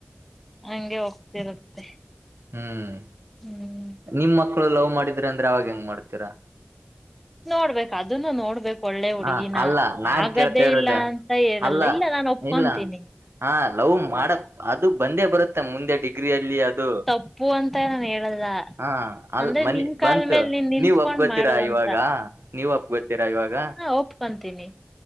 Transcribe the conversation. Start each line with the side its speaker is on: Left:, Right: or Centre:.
Centre: ಹಂಗೆ ಹೋಗ್ತಿರುತ್ತೆ
Right: ಹ್ಮ್
Centre: ಹ್ಮ್
Right: ನಿಮ್ ಮಕ್ಳು ಲವ್ ಮಾಡಿದ್ರೆ ಅಂದ್ರೆ ಅವಾಗ ಹೆಂಗ್ ಮಾಡ್ತೀರ
Centre: ನೋಡ್ಬೇಕು ಅದನ್ನು ನೋಡ್ಬೇಕು ಒಳ್ಳೆ ಹುಡುಗಿನ
Right: ಹ ಅಲ್ಲ ನಾನ್
Centre: ಆಗದೇ
Right: ಕೇಳ್ತಾ ಇರೋದ
Centre: ಇಲ್ಲ ಅಂತ ಹೇಳಲ್ಲ
Right: ಅಲ್ಲ
Centre: ಇಲ್ಲ ನಾನು ಒಪ್ಕೊಂತೀನಿ
Right: ಇಲ್ಲ ಹಾ ಲವ್ ಮಾಡಕ್ ಅದು ಬಂದೇ ಬರುತ್ತೆ ಮುಂದೆ ಡಿ ಗ್ರಿಯಲ್ಲಿ ಅದು
Centre: ತಪ್ಪು ಅಂತ ನಾನ್ ಹೇಳಲ್ಲ
Right: ಹಾ ಅ
Centre: ಅಂದ್ರೆ
Right: ಮನಿ
Centre: ನಿನ್
Right: ಬಂತು
Centre: ಕಾಲ್ ಮೇಲೆ ನೀನ್ ನಿಂತ್ಕೊಂಡ್
Right: ನೀವ್ ಒಪ್ ಗೊತ್ತೀರಾ
Centre: ಮಾಡು ಅಂತ
Right: ಇವಾಗ ನೀವ ಒಪ್ ಗೊತ್ತೀರಾ ಇವಾಗ
Centre: ಓಪ್ಕಂತೀನಿ